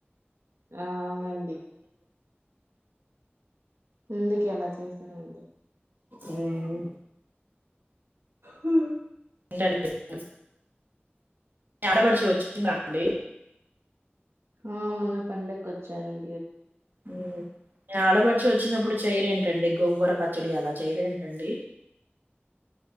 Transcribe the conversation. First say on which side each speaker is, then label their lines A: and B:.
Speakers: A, on the right; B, on the right.
A: ఆ అవునండి ముందుకు ఎలా చేసాముంది
B: ఉమ్,
A: హ
B: ఏంట ఆడపడుచు వచ్చిందాండి
A: ఆ మొన్న పండుకొవచ్చారండి
B: మీవో ఆడపడుచు వచ్చినప్పుడు చేయరేంట్ టండి గోంగూర పచ్చడి అలా చేయరంటండి